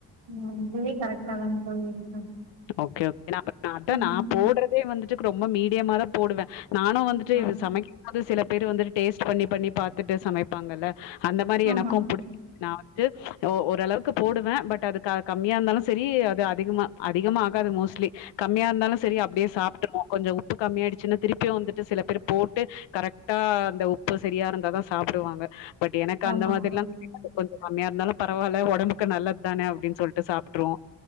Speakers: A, on the right (about 80°); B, on the left (about 85°).
A: மோஸ்ட்லி கரெக்ட்டா தா தோழி இருக்கு
B: ஓக்கே ஓக்கே அத்தா
A: ம்
B: நா போட்றதே வந்துட்டு ரொம்ப மீடியமா தா போடுவே நானும் வந் துட்டு
A: ஆ
B: இது சமைக்கும் போது சில பேர் வந்துட்டு டேஸ்ட் பண்ணி பண்ணி பாத்துட்டு சமைப்பாங்கில்ல அந்த மாறி
A: ஆமாங்க
B: எனக்கும் புடிக்
A: தோழி
B: நா ட்டு ஓரளவுக்கு போடுவே பட் அது கம்மியா இருந்தாலு சரி அது அதிகமா அதிகமா ஆகாது மோஸ்ட்லி கம்மியா இருந்தாலு சரி அப்படியே சாப்ட்ருவோ கொஞ்சோ உப்பு கம்மியாய்டுச்சுனா திருப்பியு வந்துட்டு சில பேரு போட்டு கரெக்டா அந்த உப்பு சரியா இருந்தாதா சாப்புடுவாங்க பட் எனக்கு
A: ஆமாங்க
B: அந்த மாதிர்லா
A: தோழி
B: கொஞ்சோ கம்மியா இருந்தாலு பரவால்ல ஒடம்புக்கு நல்லத்தான அப்டின் சொல்ட்டு சாப்ட்ருவோ